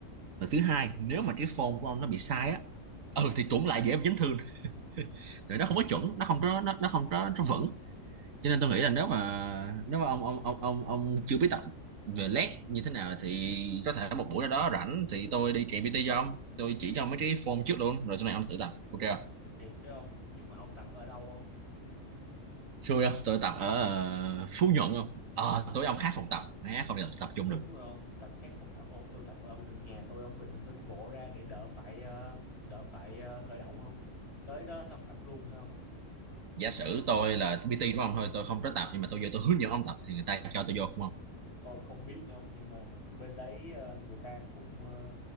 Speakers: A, on the right; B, on the left.
A: và thứ hai nếu mà cái form của ông nó bị sai á ừ thì cũng lại dễ bị chấn thương <laughs> tại nó không có chuẩn nó không có nó, nó không có nó vững cho nên tôi nghĩ là nếu mà nếu mà ông ông ông ông ông chưa biết tập về led như thế nào thì có thể một buổi nào đó rảnh thì tôi đi chạy PT cho ông tôi chỉ cho ông mấy cái form trước luôn rồi sau này ông tự tập ok không
B: Đẹp đấy không? Nhưng mà ông tập ở đâu không?
A: xui không tôi tập ở ờ, Phú Nhuận không ờ à, tối ông khác phòng tập má không thể tập chung
B: Đúng
A: được
B: rồi ông Tập khác phòng tập không? Tôi tập ở gần nhà tôi không? Bình thường tôi đi bộ ra để đỡ phải ờ, đỡ phải ờ, khởi động không? Tới đó xong tập luôn thôi không?
A: giả sử tôi là PT của ông thôi tôi không có tập nhưng mà tôi vô tôi hướng dẫn ông tập thì người ta cho tôi vô không
B: tôi không biết nữa không nhưng mà bên đấy ờ, người ta cũng ờ,